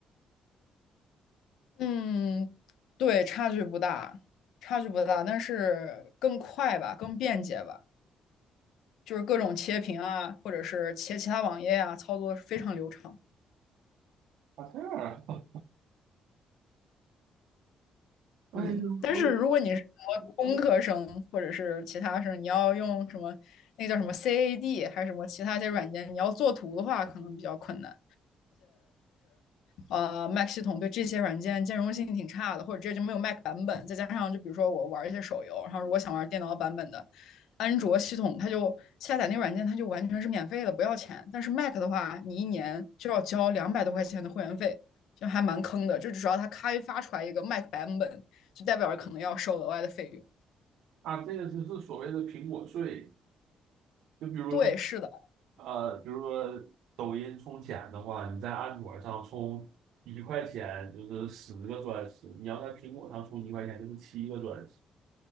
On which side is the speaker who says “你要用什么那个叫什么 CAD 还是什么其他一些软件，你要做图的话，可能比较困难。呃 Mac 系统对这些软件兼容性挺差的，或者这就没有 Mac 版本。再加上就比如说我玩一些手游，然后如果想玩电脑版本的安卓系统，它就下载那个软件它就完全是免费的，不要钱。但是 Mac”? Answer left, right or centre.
Left